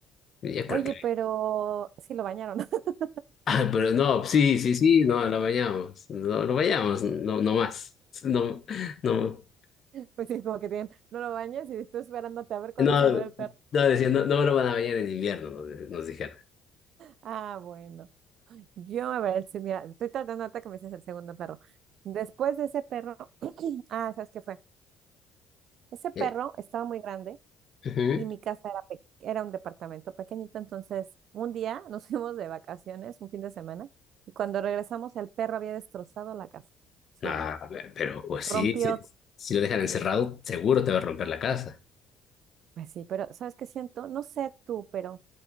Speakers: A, on the left (about 50°); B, on the right (about 60°).
A: Y Yo creo
B: Oye,
A: que.
B: pero sí lo bañaron. <laughs>
A: Ah, pero no, sí, sí, sí, no, lo bañamos. No, lo bañamos, no, no más. No, no,
B: Pues sí, como que tienen, no lo bañas y estoy esperándote a ver cuándo
A: no,
B: se muere el perro.
A: no, decía, no, no me lo van a bañar en invierno, nos, nos dijeron.
B: Ah, bueno. Yo, a ver, sí, mira, estoy tratando ahorita que me dices el segundo perro. Después de ese perro, <clears throat> ah, ¿sabes qué fue? Ese perro
A: Eh,
B: estaba muy grande
A: ujú.
B: y mi casa era, pe- era un departamento pequeñito, entonces un día nos <laughs> fuimos de vacaciones, un fin de semana, y cuando regresamos el perro había destrozado la casa, o sea,
A: Ah, pe- pero pues sí,
B: rompió,
A: sí, si lo dejan encerrado, seguro te va a romper la casa,
B: pues sí, pero ¿sabes qué siento? No sé tú, pero